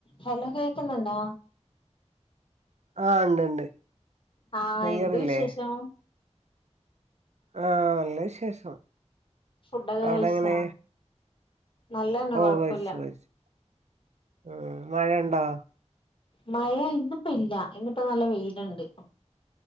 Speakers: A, on the left; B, on the right.
A: ഹലോ കേൾക്കുന്നുണ്ടേ
B: ആഹ് ഉണ്ട്ണ്ട്
A: ആഹ്
B: ക്ലിയറല്ലേ
A: എന്ത് വിശേഷം
B: ആ നല്ല വിശേഷം
A: ഫുഡൊക്കെ
B: അവിടെ
A: കഴിച്ചാ
B: എങ്ങനെ
A: നല്ലതന്നെ
B: ഓ
A: കൊഴപ്പില്ല
B: കഴിച്ചു കഴിച്ചു ഉം മഴഉണ്ടോ
A: മഴ ഇന്നിപ്പോ ഇല്ല ഇന്നിപ്പോ നല്ല വെയിലുണ്ട്